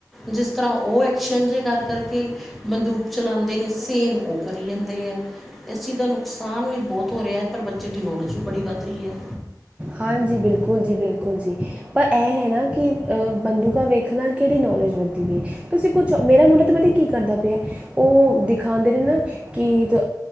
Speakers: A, in the centre; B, on the right.
A: ਜਿਸ ਤਰ੍ਹਾਂ ਓ ਐਕਸ਼ਨ ਜੇ ਕਰ ਕਰਕੇ ਬੰਦੂ ਚਲਾਦੇ ਨੇ ਸੇਮ ਓ ਕਰੀ ਜਾਂਦੇ ਐ ਏਸ ਚੀਜ ਦਾ ਨੁਕ ਸਾਨ ਵੀ ਬਹੁਤ ਹੋ ਰੇ ਆ ਪਰ ਬੱਚੇ ਦੀ ਨੌਲੇਜ ਵੀ ਬੜੀ ਵੱਧ ਰੀ ਐ।
B: ਹਾਂਜੀ ਬਿਲਕੁਲ ਜੀ ਬਿਲਕੁਲ ਜੀ ਪਰ ਐ ਹੈ ਨਾ ਕਿ ਅ ਬੰਦੂਕਾਂ ਵੇਖਣ ਨਾਲ ਕੇੜੀ ਨੌਲੇਜ ਵੱਧਦੀ ਪਈ। ਤੁਸੀਂ ਕੁੱਛ ਮੇਰਾ ਮੁੰਡਾ ਤੇ ਪਤਾ ਕੀ ਕਰਦਾ ਪਿਆ ਓ ਦਿਖਾਦੇ ਨੇ ਨਾ। ਕਿ ਅ